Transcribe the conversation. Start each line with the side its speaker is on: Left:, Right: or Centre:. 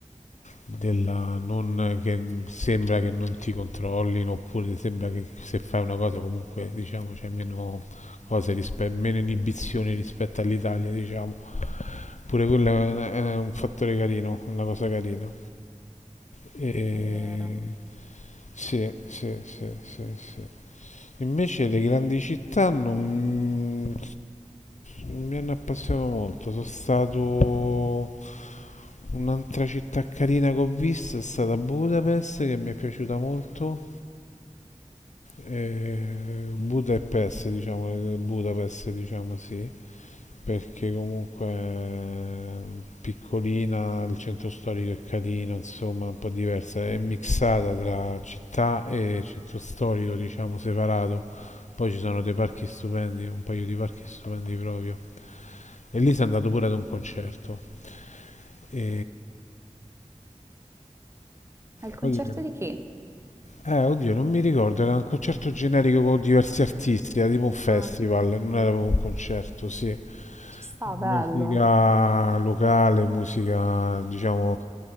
Left: della non che sembra che non ti controllino oppure sembra che se fai una cosa comunque diciamo c'è meno cose rispe- meno inibizioni rispetto all'Italia diciamo pure quello è è un fattore carino una cosa carina e
Right: È vero.
Left: sì sì sì sì sì Invece le grandi città non mi hanno appassionato molto, sono stato Un'altra città carina che ho visto è stata Budapest, che mi è piaciuta molto. E Budapest, diciamo, le- Budapest, diciamo sì, perché comunque è piccolina, il centro storico è carino, insomma, un po' diversa, è mixata tra città e centro storico, diciamo, separato. Poi ci sono dei parchi stupendi, un paio di parchi stupendi proprio. E lì si è andato pure ad un concerto. E...
Right: Al concerto
Left: Poi dice-
Right: di chi?
Left: Eh, oddio, non mi ricordo, era un concerto generico con diversi artisti, era tipo un festival,
Right: Ah,
Left: non era proprio un concerto, sì.
Right: ci sta, bello.
Left: Musica locale, musica, diciamo,